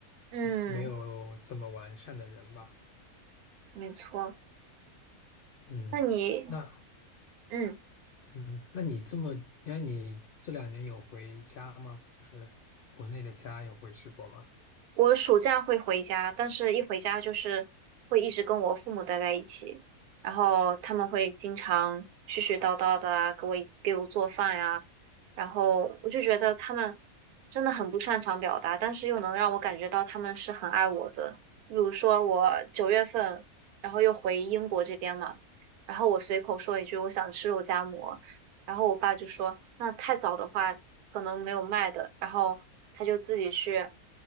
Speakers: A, on the right (about 80°); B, on the left (about 55°).
A: 嗯，
B: 嗯没有这么完善的人吧。
A: 没错。
B: 嗯，
A: 那你，
B: 那
A: 嗯。
B: 嗯，那你这么，那你这两年有回家吗？就是国内的家有回去过吗？
A: 我暑假会回家，但是一回家就是会一直跟我父母待在一起，然后他们会经常絮絮叨叨的啊，给我给我做饭呀、然后我就觉得他们真的很不擅长表达，但是又能让我感觉到他们是很爱我的。比如说我九月份，然后又回英国这边嘛，然后我随口说一句我想吃肉夹馍，然后我爸就说，那太早的话可能没有卖的，然后他就自己去